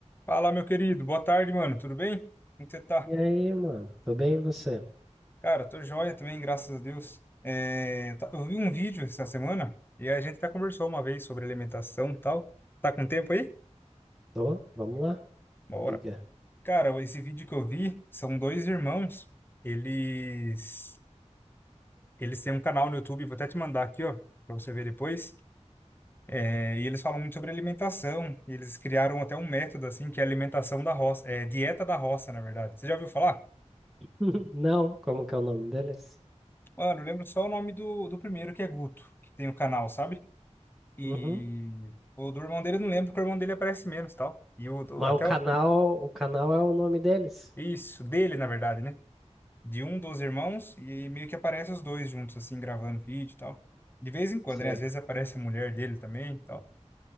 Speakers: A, on the left; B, in the centre.
A: Fala, meu querido. Boa tarde, mano. Tudo bem? Como que você tá?
B: E aí, mano? Tô bem, e você?
A: Cara, tô joia também, graças a Deus. É, tá- eu vi um vídeo essa semana e a gente até conversou uma vez sobre alimentação e tal. Tá com tempo aí?
B: Tô? Vamos lá?
A: Bora.
B: Liga.
A: Cara, esse vídeo que eu vi são dois irmãos. Eles eles têm um canal no YouTube, vou até te mandar aqui, ó, pra você ver depois. É, e eles falam muito sobre alimentação. E eles criaram até um método assim que é alimentação da roça, é dieta da roça, na verdade. Você já ouviu falar?
B: <laughs> Não, como que é o nome deles?
A: Mano, eu lembro só o nome do, do primeiro, que é Guto, que tem o canal, sabe? E
B: Uhum.
A: o do irmão dele eu não lembro, porque o irmão dele aparece menos, e tal. E o do-
B: Mas
A: até
B: o canal,
A: o-
B: o canal é o nome deles?
A: isso, dele, na verdade, né? De um dos irmãos, e meio que aparece os dois juntos, assim, gravando vídeo e tal. De vez em quando,
B: Sei,
A: né? Às vezes aparece a mulher dele também e tal.